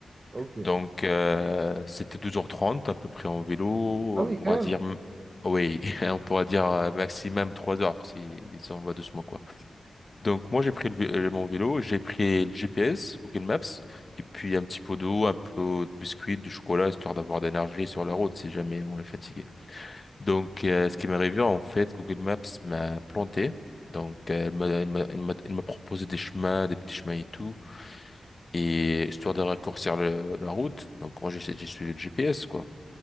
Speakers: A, on the right (about 45°); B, on the left (about 40°).
A: ok.
B: Donc, euh, c'était deux heures trente à peu près en vélo.
A: Ah oui,
B: On pourra
A: quand
B: dire,
A: même.
B: oui, <laughs> on pourra dire euh, maximum 3 heures si, si on va doucement, quoi. Donc moi j'ai pris le vé- euh, mon vélo, j'ai pris le GPS, Google Maps, et puis un petit pot d'eau, un peu de biscuits, de chocolat, histoire d'avoir d'énergie sur la route si jamais on est fatigué. Donc euh, ce qui m'est arrivé en fait, Google Maps m'a planté. Donc euh, elle m'a elle m'a elle m'a elle m'a proposé des chemins, des petits chemins et tout, et histoire de raccourcir le- la route. Donc moi j'ai j'ai suivi le GPS quoi.